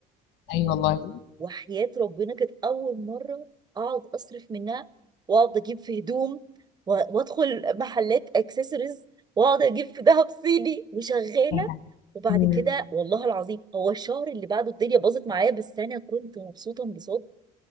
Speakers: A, on the left (about 85°); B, on the right (about 25°).
A: ايوه والله
B: وحياة ربنا كانت أول مرة أقعد أصرف منها وأقعد أجيب في هدوم و- وأدخل محلات أكسسوارز وأقعد أجيب في دهب صيني وشغالة
A: عارفاها.
B: وبعد
A: مم.
B: كده والله العظيم هو الشهر اللي بعده الدنيا باظت معايا بس أنا كنت مبسوطة انبساط